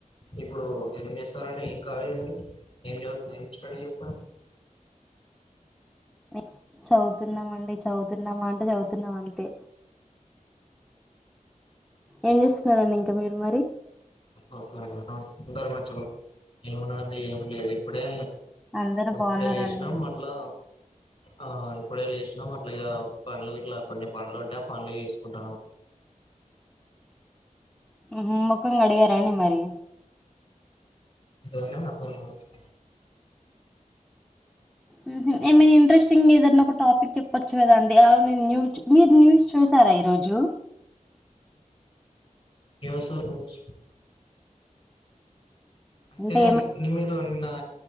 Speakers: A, on the left; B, in the centre.
A: ఇప్పుడు ఏం జేస్తారండి ఏం కాలేజ్ మీది? ఏం చదువ్ ఏం స్టడీ చేస్తన్రు
B: ఏ చదువుతున్నమండి చదువుతున్నామా అంటే చదువుతున్నాం అంతే ఏం జేస్తున్నరండి ఇంకా మీరు మరి
A: ఓకే అండి అందరు మంచిగున్నర ఏం ఉన్నదండి ఏమి లేదు ఇప్పుడే
B: అందరు
A: అప్పుడే
B: బాగున్నారండి
A: లేసినం అట్లా ఆ ఇప్పుడే లేసినాం అట్ల ఇగ పనులు గిట్లా కొన్ని పనులు ఉంటే ఆ పనులు చేసుకుంటా ఉన్నాం
B: ఉమ్ హ్ మొఖం కడిగారా అండి మరి
A: కడిగిన ఫోను మాట్లాడ్
B: ఉమ్ హ్ ఏమైనా ఇంట్రెస్టింగ్ ఏదన్న ఒక టాపిక్ చెప్పచ్చు కదా అండి అవును మీ న్యూస్ మీరు న్యూస్ చూసారా ఈరోజు
A: ఏమో చూడ్లే న్యూస్ అయితే
B: అంటే
A: నిమి మీరు నిన్న